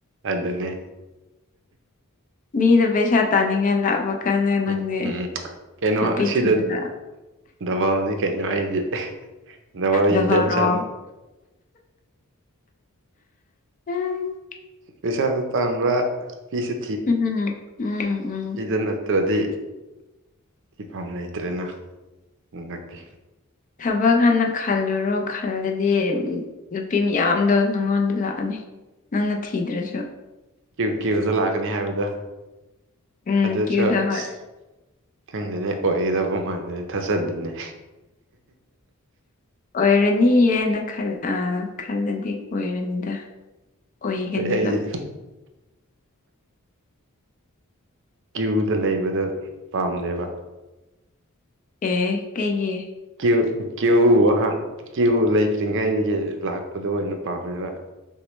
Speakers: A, on the right; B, on the left.
A: ꯑꯗꯨꯅꯦ
B: ꯃꯤꯅ ꯄꯩꯁꯥ ꯇꯥꯅꯤꯡꯉꯥꯏ ꯂꯥꯛꯄ ꯀꯥꯟꯗ ꯅꯪꯗꯤ
A: ꯎꯝ ꯎꯝ ꯀꯩꯅꯣ
B: ꯅꯨꯄꯤ
A: ꯑꯁꯤꯗ
B: ꯊꯤꯗꯅ
A: ꯗꯕꯥꯜꯅꯤ ꯀꯩꯅꯣ ꯑꯩꯗꯤ ꯗꯕꯥꯜ
B: ꯗꯕꯜꯔꯣ
A: ꯏꯟꯇꯦꯟꯁꯟ
B: ꯎꯝ
A: ꯄꯩꯁꯥꯁꯨ ꯇꯥꯟꯕ ꯄꯤꯁꯨ
B: ꯎꯝ ꯎꯝ ꯎꯝ
A: ꯑꯗꯨ ꯅꯠꯇ꯭ꯔꯗꯤ ꯐꯤꯐꯝꯥꯝ ꯂꯩꯇ꯭ꯔꯦꯅ ꯍꯟꯗꯛꯀꯤ
B: ꯊꯕꯛ ꯍꯥꯟꯅ ꯈꯜꯂꯨꯔꯣ ꯈꯜꯂꯗꯤ ꯅꯨꯄꯤ ꯃꯌꯥꯝꯗꯣ ꯅꯪꯉꯣꯟꯗ ꯂꯥꯛꯑꯅꯤ ꯅꯪꯅ ꯊꯤꯗ꯭ꯔꯁꯨ
A: ꯀꯦꯌꯨ ꯀꯦꯌꯨꯗ ꯂꯥꯛꯀꯅꯤ ꯍꯥꯏꯕꯗꫭ
B: ꯎꯝ
A: ꯑꯗꯨꯁꯨ
B: ꯀ꯭ꯌꯨꯗ
A: ꯑꯁ
B: ꯍꯣꯏ
A: ꯈꯪꯗꯅꯦ ꯑꯣꯏꯒꯗꯕ ꯃꯥꯟꯗꯦꯅꯦ ꯊꯥꯖꯗꯦꯅꯦ
B: ꯑꯣꯏꯔꯅꯤꯌꯦꯅ ꯍꯥꯏꯅ ꯈꯜ ꯑꯥ ꯈꯜꯂꯗꯤ ꯑꯣꯏꯔꯅꯤꯗ ꯑꯣꯏꯒꯅꯤꯕ
A: ꯑꯗꯩ ꯑꯩꯗꯤ ꯀ꯭ꯌꯨꯗ ꯂꯩꯕꯗ ꯄꯥꯝꯗꯦꯕ
B: ꯑꯦ ꯀꯩꯒꯤ
A: ꯀꯦ ꯀꯦꯎ <unintelligible> ꯀꯦꯎ ꯂꯩꯇ꯭ꯔꯤꯉꯩꯗꯒꯤ ꯂꯥꯛꯄ ꯑꯗꯨ ꯑꯣꯏꯅ ꯄꯥꯝꯃꯦꯕ